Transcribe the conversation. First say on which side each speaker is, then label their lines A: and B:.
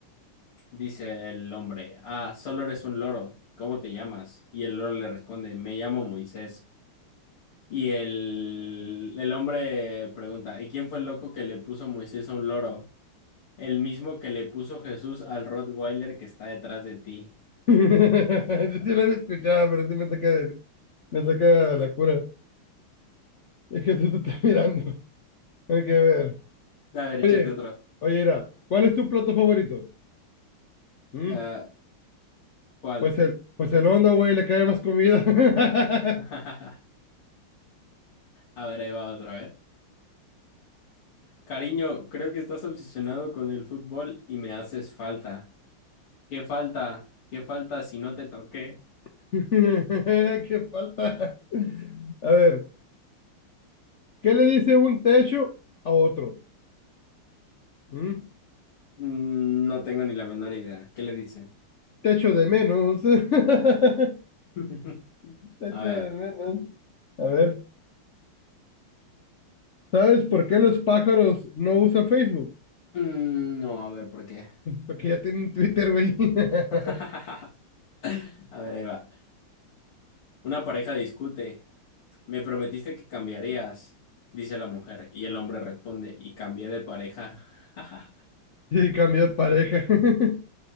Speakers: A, on the left; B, on the left.
A: Dice el hombre, ah, solo eres un loro. ¿Cómo te llamas? Y el loro le responde, me llamo Moisés. Y el, el hombre pregunta, ¿y quién fue el loco que le puso Moisés a un loro? El mismo que le puso Jesús al Rottweiler que está detrás de ti.
B: Yo sí lo había escuchado, pero sí me saca, de- me saca de la cura. Es que se está <laughs> mirando. Hay que ver.
A: A ver, échate
B: Oye,
A: otro.
B: oye, mira, ¿cuál es tu plato favorito? ¿Mm?
A: Ah, ¿cuál?
B: Pues el, pues el hondo, güey, le cae más comida. <laughs>
A: <laughs> A ver, ahí va otro, ¿eh? Cariño, creo que estás obsesionado con el fútbol y me haces falta. ¿Qué falta? ¿Qué falta si no te toqué?
B: <laughs> Qué falta. A ver, ¿qué le dice un techo a otro? ¿Mm?
A: Mm, no tengo ni la menor idea. ¿Qué le dicen?
B: Techo de menos. <laughs> Techo
A: <laughs>
B: de
A: A ver.
B: menos. A ver, ¿sabes por qué los pájaros no usan Facebook?
A: Mm, no, a ver, ¿por qué?
B: Porque ya tienen Twitter, güey. <laughs>
A: <laughs> A ver, ahí va. Una pareja discute. Me prometiste que cambiarías, dice la mujer, y el hombre responde, y cambié de pareja. <laughs>
B: Y cambió de pareja. <laughs>